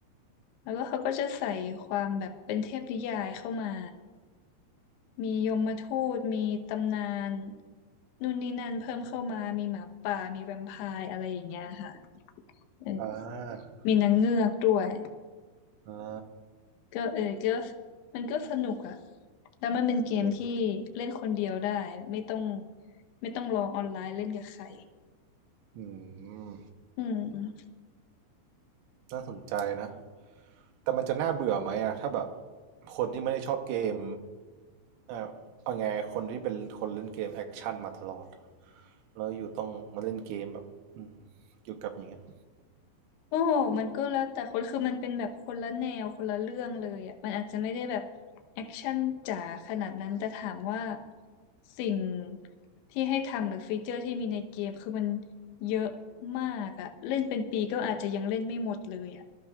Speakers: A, on the left; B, on the right.
A: แล้วก็เขาก็จะใส่ความแบบเป็นเทพนิยายเข้ามา มียมทูตมีตำนานนู่นนี่นั่นเพิ่มเข้ามามีหมาป่ามีแวมไพร์อะไรอย่างเงี้ยค่ะเออ
B: อออ่า
A: มีนางเงือกด้วย
B: อ่า
A: ก็เออก็มันก็สนุกอะแล้วมันเป็นเกมที่เล่นคนเดียวได้ไม่ต้อง
B: เด็ก
A: ไม่ต้องรอออนไลน์เล่นกับใคร
B: อืม
A: อืม
B: น่าสนใจนะแต่มันจะน่าเบื่อไหมอะถ้าแบบคนที่ไม่ได้ชอบเกมเอ่อเอาไงคนที่เป็นคนเล่นเกมแอคชั่นมาตลอดแล้วอยู่ต้องมาเล่นเกมแบบอืมอยู่กับอย่างเงี้ย
A: โอ้มันก็แล้วแต่คนคือมันเป็นแบบคนละแนวคนละเรื่องเลยอ่ะมันอาจจะไม่ได้แบบแอคชั่นจ๋าขนาดนั้นแต่ถามว่าสิ่งที่ให้ทำหรือฟีเจอร์ที่มีในเกมคือมันเยอะมากอ่ะ เล่นเป็นปีก็อาจจะยังเล่นไม่หมดเลยอ่ะ